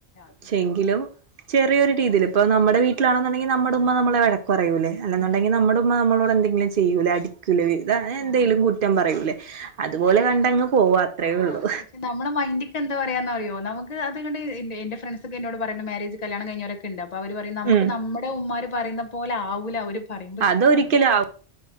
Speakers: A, on the left (about 40°); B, on the right (about 55°).
A: അതില്ല
B: ചങ്കിലോ- ചെറിയൊ രീതിൽ ഇപ്പ നമ്മ വീട്ടിലണെന്നുണ്ടെങ്ക നമ്മുടെമ്മ വിഴക്കുപറയൂല്ല അല്ലെന്നുണ്ടെങ്കിൽ
A: ഉം
B: നമ്മ മ്മ നമ്മളോട് എന്തെങ്കിലും ചെയ്യൂലെ അടിക്കൂലെ ഇതഅങ്ങനെ എന്തെലും
A: ആഹ്
B: കുറ്റം പറയൂലേ അതുപോലെ കണ്ടങ് പോവാ അത്രേ
A: ആഹ
B: ഉള്ളൂ
A: അവര് നമ്മുടെ മൈന്റ്ക്ക് എന്താ പറയാന്നറിയൊ നമുക്ക് അതങ്ങട്ട് ണ്എന്റെ ഫ്രണ്ട് ഒക്കെ എന്നോട് പറയണെ മാര്യേജ് കല്യാണം കഴിഞ്ഞരൊക്ക ഉണ്ട് അപ്പൊ അവര് പറ നമുക്ക്
B: ഉം
A: നമ്മുടെ ഉമമാര് പറയുന്ന പോലെ ആവൂല അവര് പറിമ്പൊ
B: അതൊരിക്കലും
A: ചില സമയത്ത്
B: ആ